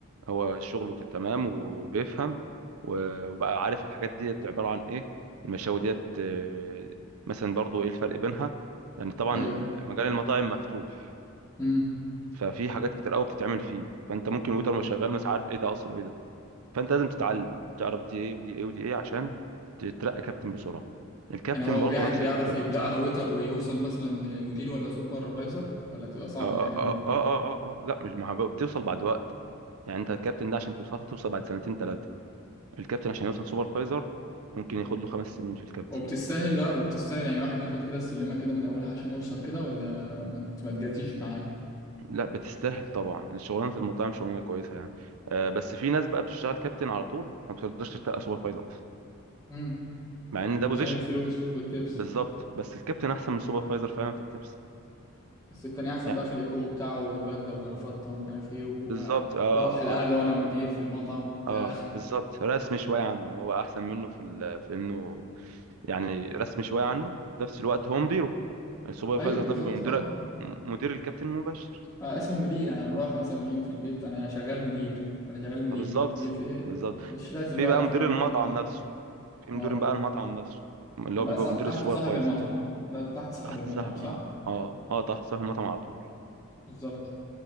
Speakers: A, on the right (about 85°); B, on the left (about 15°).
A: هو شغله كان تمام وبيفهم و- وبقى عارف الحاجات ديت عبارة عن ايه المشاوي ديت آه، مثلا برضو ايه الفرق بينها لان طبعا
B: ايوه
A: ال- مجال المطاعم مفتوح
B: امم
A: ففي حاجات كتير قوي بتتعمل فيه فانت ممكن ويتر مش شغال مش عارف ايه ده اصلا وايه ده فانت لازم تتعلم تعرف دي ايه ودي ايه ودي ايه عشان تترقى كابتن بسرعة الكابتن
B: يعني هو
A: برضو
B: قاعد
A: نفس
B: بيعرف
A: الكلام
B: يبداها ويتر ويوصل مثلا لمدير ولا سوبرفايزر ولا تبقى صعبه
A: اه
B: الحاجات
A: اه اه
B: دي
A: اه اه, آه. آه، لا مش ما هو بتوصل بعد وقت يعني انت الكابتن ده عشان توصل هتوصل بعد سنتين ثلاثة الكابتن عشان يوصل سوبرفايزر ممكن ياخد له خمس سنين في الكابتن
B: وبتستاهل بقى وبتستاهل يعني واحد ياخد كده السلمه كده من اولها عشان يوصل كده ولا ما ت- ما تجازيش معاه
A: لا بتستاهل طبعا شغلانه المطاعم شغلانه كويسه يعني آه، بس في ناس بقى بتشتغل كابتن على طول ما بتقدرش تشتغل سوبرفايزر اصلا
B: امم
A: مع ان ده بوزيشن
B: عشان الفلوس والتبس
A: بالظبط بس الكابتن احسن من السوبرفايزر فعلا في التبس
B: بس التاني احسن
A: يعني
B: بقى في الايجو بتاعه والبدله وجرافطه ومش عارف ايه
A: بالظبط اه
B: وروح الاهل
A: اه
B: وانا مدير في المطعم وبتاع
A: اه بالظبط رسمي شويه عنه هو احسن منه في ال... في انه يعني رسمي شويه عنه وفي نفس الوقت هو مديره
B: <laughs>
A: السوبرفايزر
B: ايوه بالظبط
A: ده بيبقى مدير
B: اه
A: مدير الكابتن المباشر
B: آه، اسمه مدير انا مروح مثلا اليوم في البيت انا شغال مدير انا شغال مدير
A: آه، بالظبط
B: مدير في ايه
A: بالظبط
B: مش لازم
A: في
B: بقى
A: بقى
B: يعرف
A: مدير
B: ان هو مطعم
A: المطعم
B: بتاع
A: نفسه في مدير
B: اه
A: بقى المطعم نفسه اللي
B: طب
A: هو
B: بقى
A: بيبقى
B: صا-
A: مدير
B: تحت
A: السوبرفايزر
B: صاحب المطعم ده تحت صاحب
A: تحت
B: المطعم
A: صاحب
B: صح
A: المطعم اه اه تحت صاحب المطعم على طول
B: بالظبط